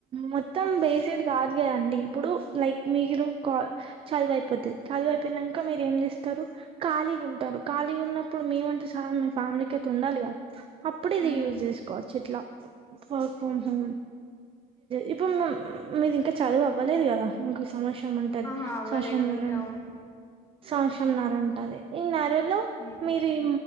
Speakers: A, on the right; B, on the left.
A: మొత్తం బేసిడ్ కాదు కదండి ఇప్పుడు లైక్ మీరు క చదివ అయిపోది చదుయిపోయినంక మీరు ఏం చేస్తారు ఖాళీగా ఉంటారు ఖాళీగా ఉన్నప్పుడు మేమంత సహా ఫ్యామిలీ కయితే ఉండాలి గా అప్పుడు ఇది
B: ఉమ్
A: యూజ్ చేసుకోవచ్చు ఇట్లా ఉహు ఇప్పుడు మీది ఇంకా చదువు అవ్వలేదు కదా ఇంకో సంవస్ ఉంటది
B: ఆహా అవ్వలేదు
A: సంవత్సరమన్నారా
B: ఉంది అవును
A: సంవత్సరమన్నారా ఉంటది ఈ నర లో
B: ఉమ్
A: మీరు ఈ